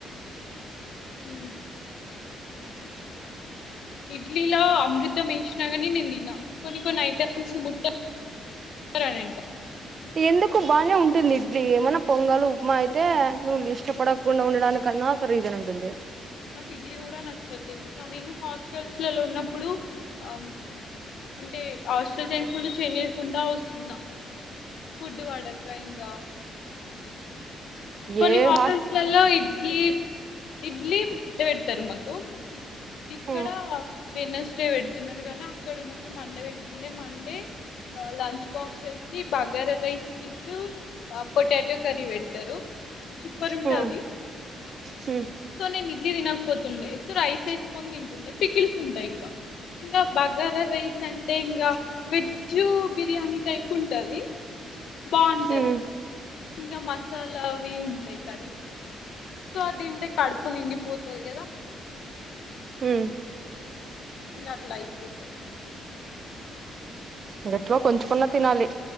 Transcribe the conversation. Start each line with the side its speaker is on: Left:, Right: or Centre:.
Left: హ ఇడ్లీలో అమృతం వేసినా కాని నేను తిన కొన్ని కొన్ని ఐటమ్స్ ముట్టనంట
Right: ఎందుకు బానే ఉంటుంది ఇడ్లి ఏమైన్నా పొంగల్ ఉప్మా అయితే నువ్వు ఇష్టపడకుండా ఉండడానికన్నా ఒక రీజన్ ఉంటుంది
Left: మాకు ఇడ్లీ కూడా నచ్చదు తెలుసా నేను హాస్టల్సలో ఉన్నప్పుడు ఆ అంటే హాస్టల్ టైం కూడ చేనియకుండా వస్తున్నా ఫుడ్ పడక ఇంకా కొన్ని
Right: ఏ
Left: హోటల్సలో
Right: హాస్
Left: ఇడ్లీ ఇడ్లీ పేడతారు మకు ఇక్కడ
Right: హ్మ్
Left: బెన్నెస్ ే పెడుతున్నారు కానీ అక్కడ ఉన్నప్పుడు మండే పెడుతుండే మండే లంచ్ బాక్స్ వేస్ bagara rice with potato curry పెడతారు సూపర్ ఉంటవి
Right: హ్మ్ హ్మ్
Left: సో న ఇ తినకపోతుండే సో రైస్ వేసుకొని తింటుండే పికిల్స్ ఉంటాయి ఇంకా ఇంకా బగార రైస్ అంటే ఇంకా వెజ్ బిర్యానీ టైప్ ఉంటది బాంటది.
Right: హ్మ్
Left: ఇంకా మసాలా అవి ఉంటాయి కర్రీస్ సో తింటే కడుపు నిండీ పో స్తది కదా
Right: హూ
Left: ఇన్గట్ల అయిపోతే
Right: గట్లో కొంచుమన్నా తినాలి